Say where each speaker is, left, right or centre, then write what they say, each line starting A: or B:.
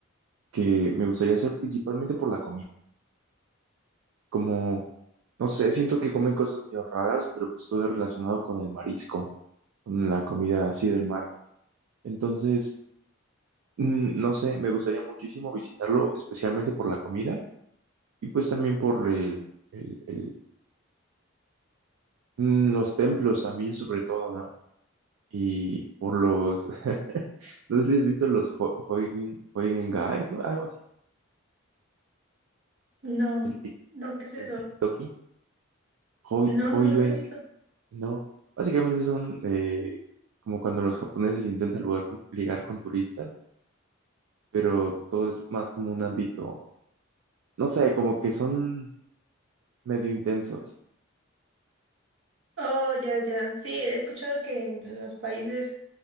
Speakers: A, on the right; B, on the right.
A: que me gustaría hacer principalmente por la comida. Como, no sé, siento que comen cosas medio raras, pero pues todo es relacionado con el marisco. con la comida así del mar. Entonces, mm, no sé, me gustaría muchísimo visitarlo, especialmente por la comida y pues también por el, el- el- mm, los templos también, sobre todo, ¿no? Y por los, <laughs> no sé si has visto los Ho- Huygen, Huygen Guys o algo así,
B: No,
A: el, tic-
B: no, ¿qué es eso?
A: el Tiki-Toki, Huy-
B: No,
A: Huiyuan,
B: no los he visto.
A: ¿no? Básicamente son eh, como cuando los japoneses intentan lugar con- ligar con turistas, pero todo es más como un ámbito, no sé, como que son medio intensos.
B: Oh, ya, ya. Sí, he escuchado que en los países